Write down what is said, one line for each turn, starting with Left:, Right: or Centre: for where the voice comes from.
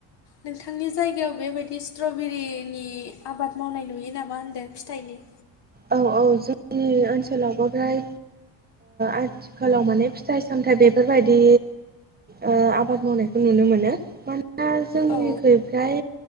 Left: नोंथांनि जायगायाव बेबायदि स्ट्रबेरिनि आबाद मावनाय नुयो नामा होनदों फिथाइनि?
Right: औ औ। जों नि ओनसोलावबो फ्राय आथिखालाव माने फिथाइ-सामथाइ बेफोरबायदि ओ आबाद मावनायखौ नुनो मोनो। मानसिफ्रा दा जोंनिखैजाय
Left: औ